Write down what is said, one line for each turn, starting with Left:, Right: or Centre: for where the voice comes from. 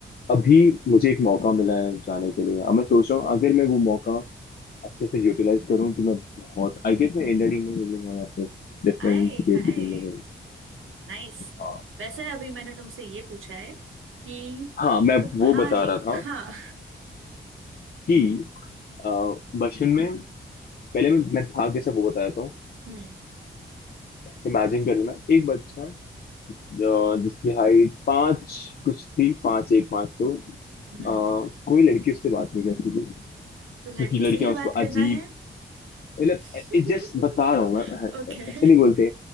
Left: अभी मुझे एक मौका मिला है जाने के लिए अब मैं सोच रहा हूँ अगर मैं वो मौका अच्छे से यूटिलाइज करूँ तो मैं बहुत आई गेस मैं इंडिया टीम में मिलूंगा या फिर डिफरेंट
Right: आए
Left: स्टेट
Right: हाय
Left: की टीम में मिलूंगा
Right: नाइस
Left: हाँ
Right: वैसे अभी मैंने तुमसे ये पूछा है कि
Left: हाँ मैं
Right: तुम्हारे
Left: वो बता रहा था
Right: हाँ
Left: कि अ, बचपन में पहले मैं मैं था कैसे वो बताया था
Right: हम्म
Left: इमेजिन कर लेना एक बच्चा अ, जिसकी हाइट पाँच कुछ थी पाँच एक पाँच दो अ,
Right: हम्म
Left: कोई लड़की उससे बात नहीं करती थी
Right: तो
Left: क्योंकि
Right: लड़की
Left: लड़कियां
Right: से ही बात
Left: उसको
Right: करना
Left: अजीब
Right: है
Left: मतलब
Right: <laughs>
Left: जस्ट बता रहा हूँ मैं अ,
Right: ओके
Left: ऐसे नहीं बोलते